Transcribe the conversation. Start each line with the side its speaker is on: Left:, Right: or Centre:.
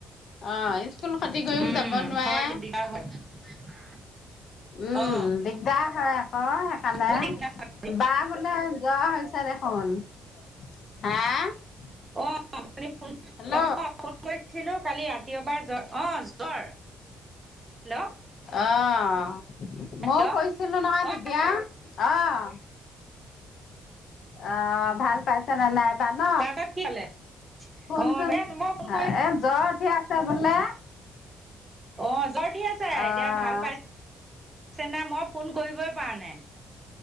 Left: অ' এ স্কুল খতি কৰিও
Right: উম
Left: যাব নোৱাৰে।
Right: হয় দিগদাৰ হয়।
Left: উম
Right: অ
Left: দিগদাৰ হয় আকৌ সেইকাৰণে
Right: বহুত দিগদাৰ হয়
Left: বা বোলে জৰ হৈছে। <unintelligible>
Right: অ' অ' ফোন
Left: হেল্ল'
Right: কৰিছিলো কালি ৰাতিয় পাই জ্বৰ অ' জ্বৰ হেল্ল'
Left: অ ' ময়ও
Right: হেল্ল'
Left: কৈছিলো নহয়
Right: অ
Left: তেতিয়া অঁহ। অ ভাল পাইছে নে নাইবা ন?
Right: তাৰপিছত কি কলে
Left: শুনচোন
Right: অ দে মই ফোন কৰি
Left: এ জ্বৰ উঠি আছে বোলে?
Right: অ জ্বৰ উঠি আছে এতিয়া
Left: অ'
Right: ভাল পাইছ নাই মই ফোন কৰিবই পাৰ নাই।